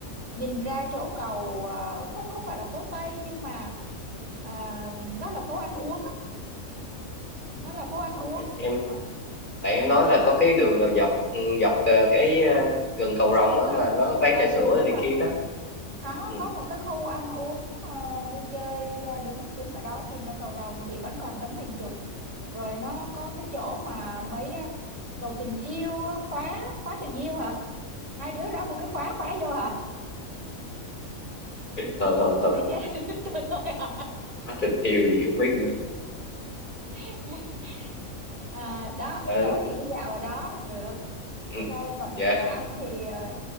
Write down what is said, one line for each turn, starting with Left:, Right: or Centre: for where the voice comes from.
Right: nhìn ra chỗ cầu à, không không phải là phố Tây nhưng mà à, nó là phố ăn uống á, nó là phố ăn uống
Left: em
Right: mà
Left: bạn em
Right: để
Left: nói
Right: chị
Left: là
Right: coi
Left: có cái đường nào dọc ừ, dọc ờ, cái ờ, gần cầu
Right: ấy xong
Left: Rồng đó
Right: á
Left: mà
Right: hả
Left: nó bán
Right: ừ
Left: trà sữa
Right: đúng
Left: này
Right: rồi
Left: kia đó
Right: có
Left: ừ.
Right: có một cái khu ăn uống ờ, vui chơi à, đứng đứng ở đó nhìn ra cầu Rồng chị vẫn còn tấm hình chụp rồi nó có cái chỗ mà mấy à, cầu tình yêu á, khóa khóa tình yêu hả hai đứa ra một cái khóa khóa vô hả
Left: thôi thôi thôi
Right: biết chứ
Left: thôi
Right: <laughs> tôi thôi à
Left: Á, tình yêu gì không biết nữa
Right: <laughs> À, đó
Left: Ờ,
Right: tối thì đi dạo ở đó được
Left: ừ.
Right: thế thôi còn
Left: dạ
Right: đồ ăn thì ờ,